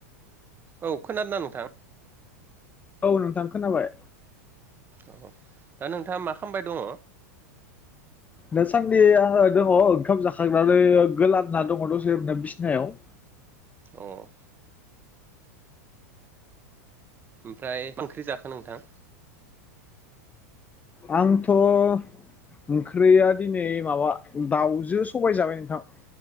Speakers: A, on the right (about 25°); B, on the left (about 15°).
A: औ खोनादों ना नोंथां?
B: औ नोंथां खोनाबाय।
A: औ दा नोंथाङा मा खामबाय दङ?
B: दासानदि आङो दङ ओंखाम जाखांनानै गोलांना दङ दसे बिसिनायाव ।
A: औ। ओमफ्राय मा ओंख्रि जाखो नोंथां?
B: आंथ' ओंख्रिया दिनै माबा दाउजों सबाय जाबाय नोंथां।